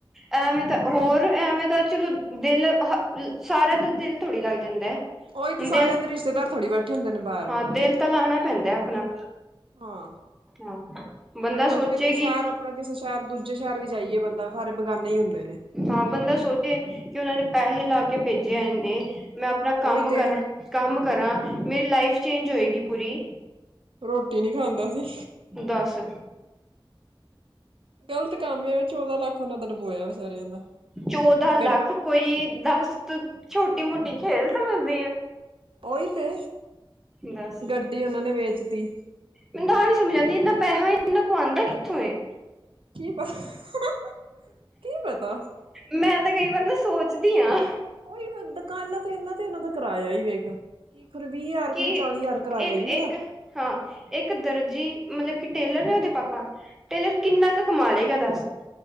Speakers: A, in the centre; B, on the right.
A: ਐਵੇਂ ਤਾਂ, ਹੋਰ ਐਵੇਂ ਤਾਂ ਚਲੋ ਦਿਲ ਹ ਸਾਰਾ ਦਿਨ ਦਿਲ ਥੋੜ੍ਹੀ ਲੱਗ ਜਾਂਦਾ ਏ
B: ਉਹੀ ਤੇ ਸਾਰਿਆਂ
A: ਦਿਲ
B: ਦੇ ਰਿਸ਼ਤੇਦਾਰ ਥੋੜ੍ਹੀ ਬੈਠੇ ਹੁੰਦੇ ਨੇ ਬਾਹਰ
A: ਹਾਂ ਦਿਲ ਤਾਂ ਲਾਣਾ ਪੈਂਦਾ ਆਪਣਾ
B: ਹਾਂ
A: ਹਾਂ, ਬੰਦਾ
B: ਉੰਝ
A: ਸੋਚੇ
B: ਵੀ ਇੱਥੇ ਸ਼ਹਿਰ
A: ਕਿ
B: ਆਪਣਾ ਕਿਸੇ ਸ਼ਹਿਰ ਦੂਜੇ ਸ਼ਹਿਰ ਵੀ ਜਾਈਏ ਬੰਦਾ, ਸਾਰੇ ਬਗਾਨੇ ਹੀ ਹੁੰਦੇ ਨੇ
A: ਹਾਂ, ਬੰਦਾ ਸੋਚੇ ਕਿ ਉਹਨਾਂ ਨੇ ਪੈਸੇ ਲਾ ਕੇ ਭੇਜਿਆ ਇਨੇ, ਮੈਂ ਅਪਣਾ ਕੰਮ
B: ਉਹੀ ਤੇ
A: ਕਰਾਂ ਕੰਮ ਕਰਾਂ, ਮੇਰੀ ਲਾਈਫ ਚੇਂਜ ਹੋਏਗੀ ਪੂਰੀ
B: ਰੋਟੀ ਨੀ ਖਾਂਦਾ ਸੀ
A: ਦਸ
B: ਗ਼ਲਤ ਕੰਮ ਆ, ਚੌਦਾਂ ਲੱਖ ਉਹਨਾਂ ਡਬੋਇਆ ਵਿਚਾਰਿਆਂ ਦਾ
A: ਚੌਦਾਂ ਲੱਖ,
B: ਗ
A: ਕੋਈ ਦਸ ਤੋਂ ਛੋਟੀ ਮੋਟੀ ਖੇਲ ਸਮਝਦੀ ਏ
B: ਉਹੀ ਤੇ
A: ਦੱਸ
B: ਗੱਡੀ ਉਹਨਾਂ ਨੇ ਵੇਚਤੀ
A: ਮੈਨੂੰ ਆਹ ਨ ਸਮਝ ਆਂਦੀ ਇੰਨਾ ਪੈਸਾ ਇੰਨਾ ਕੁ ਆਂਦਾ ਕਿੱਥੋਂ ਏ?
B: <unintelligible> ਕੀ ਪਤਾ
A: ਮੈਂ ਤਾਂ ਕਈ ਵਾਰ ਨਾ ਸੋਚਦੀ ਆਂ
B: ਉਹਹੀ, ਦੁਕਾਨਾਂ ਤੇ ਇਹਨਾਂ ਤੇ ਉਹਨਾਂ ਦਾ ਕਰਾਇਆ ਹੀ ਵੇਖ ਕੀ ਖਰੇ ਵੀਹ ਹਜ਼ਾਰ
A: ਕਿ
B: ਖਰੇ ਚਾਲੀ ਹਜ਼ਾਰ ਕਰਇਆ
A: ਇੱਕ ਇੱਕ
B: ਹੁੰਦਾ
A: ਹਾਂ, ਇੱਕ ਦਰਜੀ ਮਤਲਬ ਕਿ ਟੇਲਰ ਨੇ ਉਹਦੇ ਪਾਪਾ ਟੇਲਰ ਕਿੰਨਾ ਕੁ ਕਮਾ ਲਏਗਾ ਦੱਸ